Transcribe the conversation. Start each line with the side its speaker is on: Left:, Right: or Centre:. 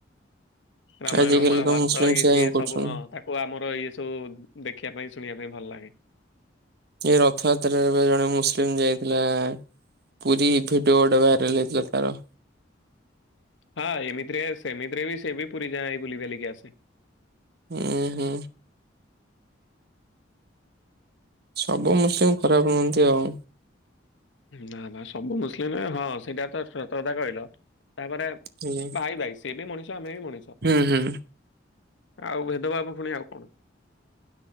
Left: ରାମାୟଣ
Right: ଆଜିକାଲି
Left: ମହାଭାରତ
Right: ତ ମୁସଲିମ୍
Left: ଇଏ
Right: ସେୟା
Left: ସିଏ।
Right: ହିଁ କରୁଛନ୍ତି।
Left: ସବୁ ହଁ ତାକୁ ଆମର ଇଏ ସବୁ ଦେଖିବା ପାଇଁ ଶୁଣିବା ପାଇଁ ଭଲ ଲାଗେ।
Right: ଏଇ ରଥଯାତ୍ରାରେ ଏବେ ଜଣେ ମୁସଲିମ ଯାଇଥିଲା ପୁରୀ, ଭିଡିଓ ଗୋଟେ ଭାଇରାଲ ହେଇଥିଲା ତାର।
Left: ହଁ ଏମିତିରେ ସେମିତିରେ ବି ସେ ବି ପୁରୀ ଯାଇ ବୁଲି ବାଲିକି ଆସେ।
Right: ହୁଁ ହୁଁ। ସବୁ ମୁସଲିମ ଖରାପ ନୁହନ୍ତି ଆଉ।
Left: ନା ବା ସବୁ ମୁସଲିମ ହଁ ସେଇଟା ତ ସତକଥା କହିଲ ତାପରେ
Right: ଆଜ୍ଞା।
Left: ଭାଇ ଭାଇ ସେ ବି ମଣିଷ ଆମେ ବି ମଣିଷ।
Right: ହୁଁ ହୁଁ
Left: ଆଉ ଭେଦଭାବ ପୁଣି ଆଉ କଣ।